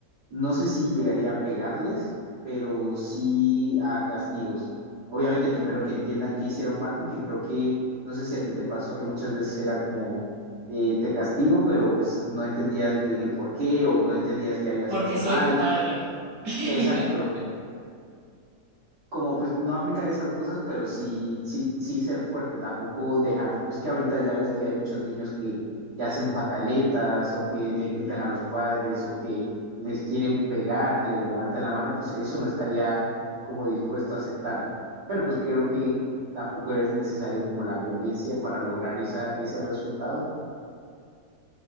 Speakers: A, on the right; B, on the right.
A: no sé si llegaría a pegarles, pero sí a castigos. Obviamente primero que entiendan que hicieron mal, porque creo que, no sé si a ti te pasó que muchas veces era como, eh, te castigo, pero pues no entendías bien el por qué o no entendías que habías
B: Porque
A: hecho
B: soy
A: mal.
B: tu padre. <laughs>
A: Exacto como pues no aplicar esas cosas, pero sí, sí, sí ser fuerte, tampoco dejar, es que ahorita ya ves que hay muchos niños que, que hacen pataletas o que le gritan a los padres o que les quieren pegar, les levantan la mano, pues eso no estaría como dispuesto a aceptarlo. Pero pues creo que tampoco es necesario como la violencia para lograr esa, ese resultado.